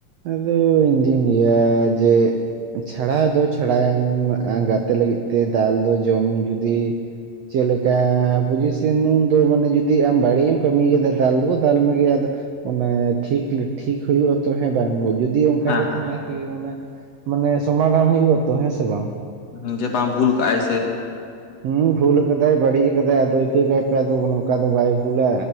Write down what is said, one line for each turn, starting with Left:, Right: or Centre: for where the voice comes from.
Right: ᱟᱫᱚ ᱤᱧᱫᱩᱧ ᱞᱟᱹᱭᱟ ᱡᱮ ᱪᱷᱟᱲᱟ ᱫᱚ ᱪᱷᱟᱲᱟᱭᱮᱢ ᱜᱟᱛᱮ ᱞᱟᱹᱜᱤᱫ ᱛᱮ ᱫᱟᱞ ᱫᱚ ᱡᱚᱢ ᱡᱩᱫᱤ ᱪᱮᱫᱞᱮᱠᱟ ᱯᱚᱪᱤᱥᱮᱱ ᱩᱱᱫᱚ ᱢᱟᱱᱮ ᱡᱩᱫᱤ ᱟᱢ ᱵᱟᱹᱲᱤᱡ ᱮᱢ ᱠᱟᱹᱢᱤ ᱠᱟᱫᱟ ᱫᱟᱞ ᱫᱚᱠᱚ ᱫᱟᱞ ᱢᱮᱜᱮᱭᱟ, ᱟᱫᱚ ᱚᱱᱟ ᱴᱷᱤᱠ ᱴᱷᱤᱠ ᱦᱩᱭᱩᱜ ᱟ ᱛᱚ ᱦᱮᱸ ᱵᱟᱝ ᱡᱩᱫᱤ ᱚᱝᱠᱟ
Left: ᱦᱮᱸ
Right: ᱜᱮ ᱛᱟᱦᱮᱸᱱᱟ
Left: ᱦᱮᱸ
Right: ᱟᱨᱠᱤ ᱚᱱᱮ ᱢᱟᱱᱮ ᱥᱚᱢᱟᱫᱷᱟᱱ ᱦᱩᱭᱩᱜ ᱟᱛᱚ ᱦᱮᱸᱥᱮ ᱵᱟᱝ?
Left: ᱦᱮᱸ ᱡᱮ ᱵᱟᱝ ᱵᱷᱩᱞ ᱠᱟᱜᱟᱭ
Right: ᱦᱩᱸ ᱵᱷᱩᱞ ᱟᱫᱟᱭ ᱵᱟᱹᱲᱤᱡ ᱠᱟᱫᱟᱭ ᱟᱫᱚ ᱤᱠᱟᱹ ᱠᱟᱭ ᱯᱮ ᱱᱚᱝᱠᱟ ᱫᱚ ᱵᱟᱭ ᱵᱷᱩᱞᱟ